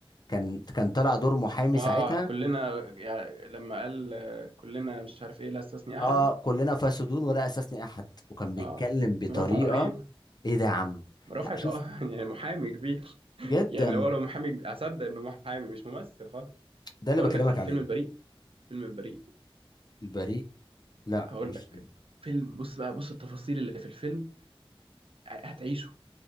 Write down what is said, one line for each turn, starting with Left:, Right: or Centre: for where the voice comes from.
Left: كان كان طالع دور محامي
Right: اه
Left: ساعتها
Right: كلنا يعني لما قال آه، كلنا مش عارف ايه لا استثني احدا
Left: اه كلنا فاسدون ولا اساسني احد وكان بيتكلم
Right: اه
Left: بطريقة
Right: مرافعة رهيبة
Left: ايه ده يا عم
Right: مرافعة
Left: لا شوف
Right: اه <laughs> يعني محامي كبير
Left: جدا
Right: يعني لو لو محامي اصدق انه محامي مش ممثل خالص
Left: ده اللي
Right: اقول
Left: بكلمك
Right: لك عارف
Left: عليه
Right: فيلم البريء فيلم البريء
Left: البريء لا
Right: هقول
Left: مش
Right: لك فيلم بص بقى بص التفاصيل اللي في الفيلم هتعيشه